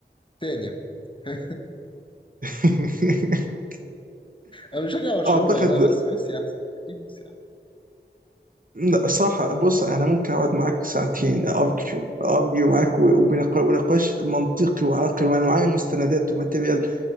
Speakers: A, on the left; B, on the right.
A: تاني بقى. <laughs>
B: <laughs>
A: انا بشجع برشلونة
B: اعتقد
A: والله بس ميسي احسن اكيد ميسي احسن
B: لا صراحة بص أنا ممكن أقعد معاك ساعتين أرجو أرجو معاك و- وبنق- ونقاش منطقي وعاقل وأنا معايا مستندات وماتيريال